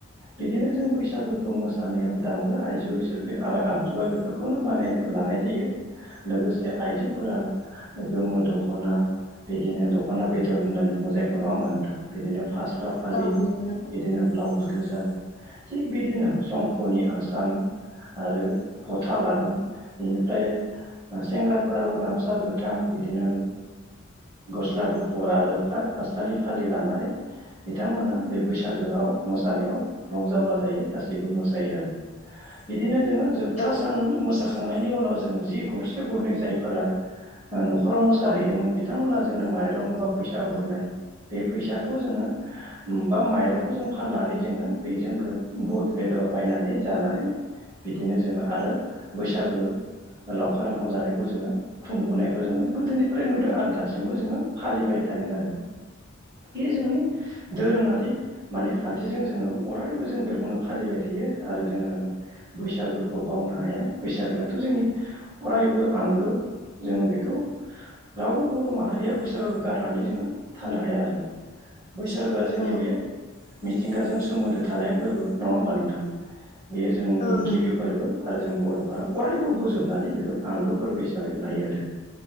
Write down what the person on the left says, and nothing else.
औ नंगौ
औ
<unintelligible>
औ
औ नंगौ